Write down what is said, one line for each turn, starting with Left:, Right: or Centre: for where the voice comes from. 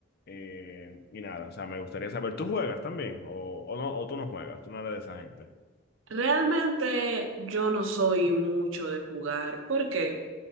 Left: Eh, y nada, o sea, me gustaría saber, ¿tú juegas también? ¿O, o no, o tú no juegas? ¿Tú no eres de esa gente?
Right: Realmente yo no soy mucho de jugar. ¿Por qué?